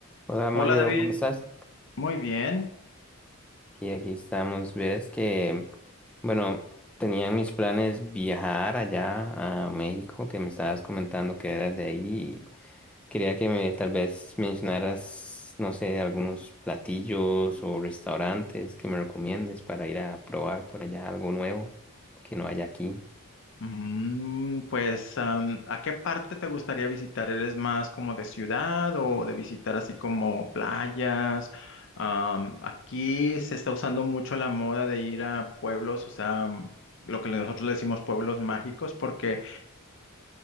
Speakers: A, in the centre; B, on the left (about 55°).
A: Hola Mario,
B: Hola David,
A: ¿cómo estás?
B: muy bien.
A: Aquí, aquí estamos. Verás que, bueno, tenía en mis planes viajar allá a México, que me estabas comentando que eras de ahí. y Quería que me tal vez mencionaras, no sé, algunos platillos o restaurantes que me recomiendes para ir a probar por allá algo nuevo que no haya aquí.
B: Mm, pues, am, ¿a qué parte te gustaría visitar? ¿Eres más como de ciudad o de visitar así como playas? Am, aquí se está usando mucho la moda de ir a pueblos, o sea, am, lo que nosotros le decimos pueblos mágicos, porque